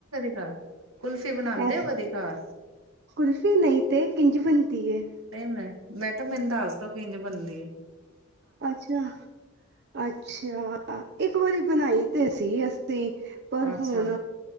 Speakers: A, on the right (about 90°); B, on the right (about 55°).
A: <inaudible> ਕੁਲਫ਼ੀ ਬਣਾ ਦਿਓ
B: ਐਸ
A: ਕਦੀ ਘਾਰ।
B: ਕੁਲਫੀ ਨਹੀਂ ਤੇ ਕਿੰਝ ਬਣਦੀ ਹੈ
A: ਲੈ ਮੈਂ ਕਿਹਾ ਮੈਨੂੰ ਦੱਸ ਦੋ ਕਿੰਜ ਬਣਦੀ ਆ
B: ਅੱਛਾ ਅੱਛਾ ਇੱਕ ਵਾਰੀ ਬਣਾਈ ਤੇ ਸੀ ਅਸੀਂ ਪਰ
A: ਅੱਛਾ
B: ਹੁਣ